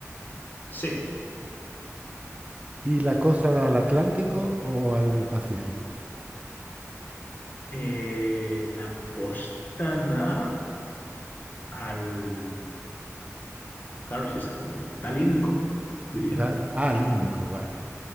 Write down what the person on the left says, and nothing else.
Sí.
Eh, la costa da al. Claro, sí está. Da al Índico, diría.